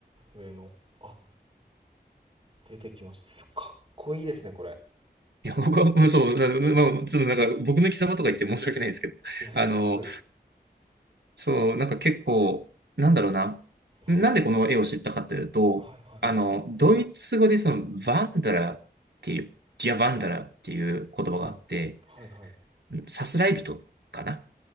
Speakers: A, on the right (about 30°); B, on the right (about 85°).
A: 上のあ出てきましたすかっこいいですねこれ
B: いや、僕は、うんそう、なまあ、ちょっとなんか、僕の生き様とか言って申し訳ないんですけど、
A: いやすごい、
B: あの、そう、なんか結構、なんだろうな。
A: はい、
B: なんでこの絵を知ったかというと、
A: はいはいはい
B: あの、ドイツ語でその、ヴァンダラーっていう、ディアヴァンダラーっていう言葉があって、
A: はいはいはいはい
B: うんさすらい人かな